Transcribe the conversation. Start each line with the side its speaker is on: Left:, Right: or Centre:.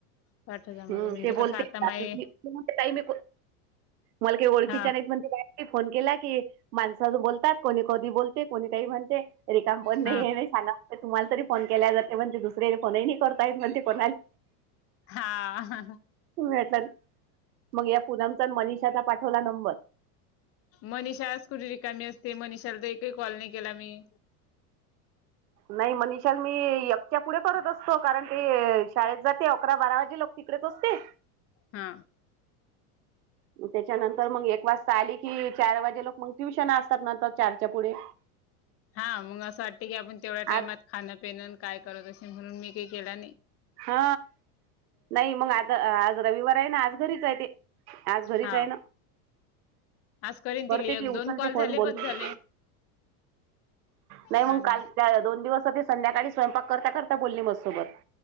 Left: पाठव जा मला
Right: हम्
Left: म्हणजे
Right: ते
Left: कसं
Right: बोलते
Left: आता माय
Right: कार काही मी मला काही ओळखीच्या
Left: हा
Right: नाही म्हण ते का फोन केला की माणस बोलतात कोणी कधी बोलते कोणी काही म्हणते रिकाम पण नाही
Left: हा
Right: आहे तुम्हाला तरी फोन केल्या जातेण ते दुसऱ्याला फोनही नही करत डायरेक्ट म्हणते कणाल
Left: हा
Right: ते मग या पुणमचा मनिषाचा पाठवला नंबर
Left: मनीषाच कुठे रिकामी असते मनषाला तर एकही कॉल नाही केला मी
Right: नाही मनिशाल मी एककच्या पुढे करत असतो कारण ते शाळेत जाते अकरा बारा वाजे लोक तिकडेच असते
Left: हा
Right: ग त्याच्यानंतर मग एक वाजता आली कि चार वाजे लोक मग ट्युशन असतात नंतर चारच्या पुढे
Left: हा मग असं वाटत की आपण तेवढ्या टाइमात
Right: आज
Left: खाणं पिन काय करत असे म्हणून मी काही केला नाही
Right: हा नाही मग आता आज रविवार आहे ना आज घरीच आहे ते आज घरीच
Left: हा
Right: आहे ना
Left: आज करीन
Right: करते
Left: तिली
Right: ती
Left: एक
Right: उचलते
Left: दोन कॉल
Right: फोन
Left: झाले
Right: बोलते
Left: पस झाले
Right: नाही
Left: हा
Right: मग
Left: ना
Right: काल दोन दिवस संध्याकाळी स्वयंपाक करता करता बोलली मजसोबत